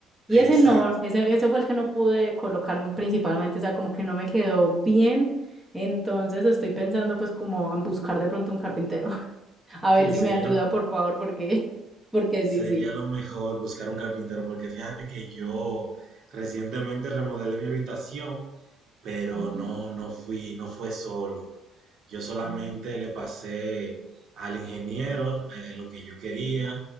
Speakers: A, in the centre; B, on the right.
A: Y
B: ah,
A: ese
B: exacto.
A: no, ese, ese fue el que no pude colocar principalmente, o sea, como que no me quedó bien. Entonces estoy pensando pues como en buscar de pronto un carpintero, <laughs> a ver
B: Sí,
A: si
B: sería
A: me ayuda, por favor, porque, <laughs> porque
B: Sería
A: sí, sí.
B: lo mejor buscar un carpintero, porque fíjate que yo recientemente remodelé mi habitación, pero
A: Oh,
B: no, no fui, no fue solo. Yo solamente
A: ah,
B: le pasé al ingeniero eh, lo que yo quería,